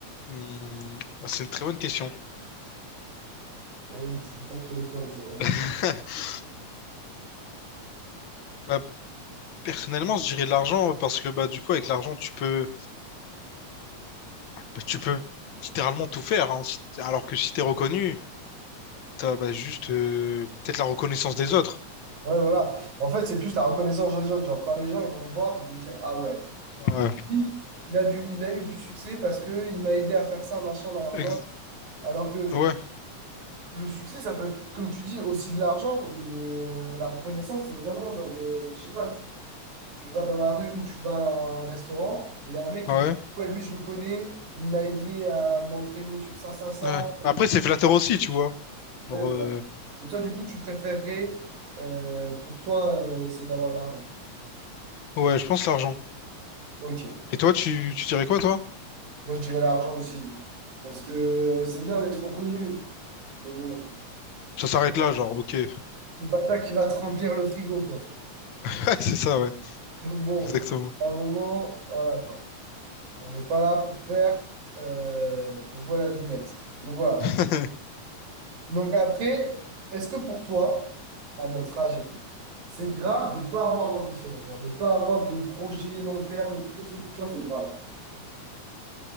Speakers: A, on the left; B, on the right.
A: Mm, bah, c'est une très bonne question.
B: Eh oui, c'est pour ça que je te les pose.
A: <laughs> Bah, personnellement, je dirais l'argent parce que, bah, du coup, avec l'argent, tu peux bah, tu peux littéralement tout faire, hein. Si- Alors que si t'es reconnu, t'as bah, juste euh, peut-être la reconnaissance des autres.
B: Ouais, voilà. En fait, c'est plus la reconnaissance des autres. Genre, quand les gens ils vont te voir, ils vont te dire, Ah ouais,
A: Ouais,
B: lui, il a du, il a eu du succès parce que il m'a aidé à faire ça, machin, là, là,
A: Ex-
B: là. Alors que
A: ouais,
B: le succès, ça peut être, comme tu dis, aussi de l'argent, mais euh, la reconnaissance, c'est vraiment genre, euh, je sais pas, tu, tu vas dans la rue ou tu vas à un restaurant et il y a un mec
A: ouais,
B: qui te dit, Ouais, lui, je le connais, il m'a aidé à m'entraîner sur ça, ça, ça.
A: ouais.
B: Oui.
A: Après, c'est flatteur aussi, tu vois.
B: Ouais,
A: Genre,
B: voilà.
A: euh,
B: Et toi, du coup, tu préférerais, euh, pour toi, euh, c'est d'avoir l'argent.
A: ouais, je pense l'argent.
B: Ok.
A: Et toi, tu, tu dirais quoi, toi?
B: Moi, je dirais l'argent aussi. Parce que c'est bien d'être reconnu, mais bon, c'est
A: Ça s'arrête
B: pas,
A: là, genre, ok. <laughs>
B: c'est pas ça qui va te remplir le frigo, quoi.
A: Ouais, c'est ça, ouais,
B: Donc bon,
A: exactement.
B: à un moment, voilà, quoi. On n'est pas là pour faire, euh, pour jouer à la dinette. Donc voilà.
A: <laughs>
B: Donc après, est-ce que pour toi, à notre âge et tout, c'est grave de ne pas avoir d'ambition, genre de ne pas avoir de projet long terme et tout? Est-ce que pour toi, c'est grave?